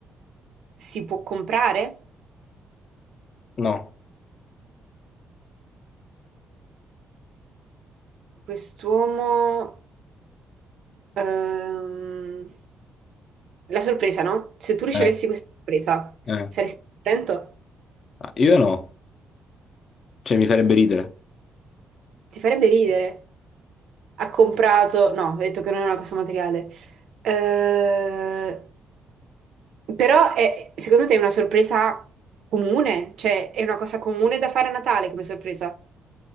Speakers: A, on the right (about 70°); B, on the left (about 50°).
A: si può comprare?
B: no.
A: Quest'uomo... ehm, La sorpresa, no? Se tu ricevessi
B: Eh,
A: questa sorpresa,
B: eh.
A: saresti contento?
B: Ah, io no. Cioè mi farebbe ridere.
A: Ti farebbe ridere. ha comprato, no, ho detto che non è una cosa materiale. Eh, però è- secondo te è una sorpresa comune? Cioè, è una cosa comune da fare a Natale come sorpresa?